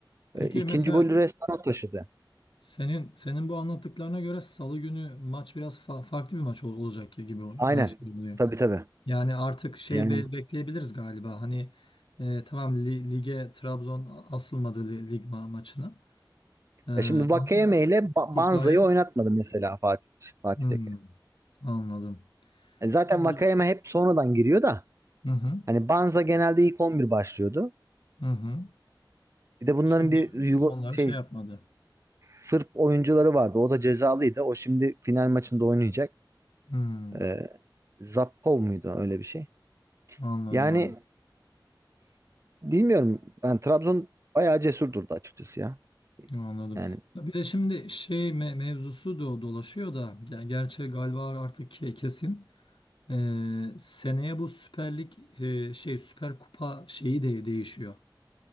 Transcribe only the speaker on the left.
Peki
mesela
senin senin bu anlattıklarına göre Salı günü maç biraz fa- farklı bir maç ol- olacak gibi oluyor.
Yani, şey oluyor.
Yani artık şey
be- bekleyebiliriz galiba. Hani e, tamam li- lige Trabzon asılmadı li- lig ma maçına. E, ama
kupaya
Hmm,
anladım.
Bu-
Hı hı,
hı hı.
Şimdi
onları
şey yapmadı.
Hmm,
anladım
abi.
Anladım.
Ya bir de şimdi şey me- mevzusu da dolaşıyor da ger- gerçi galiba artık ke- kesin. Ee, seneye bu Süper Lig e, şey Süper Kupa şeyi de değişiyor.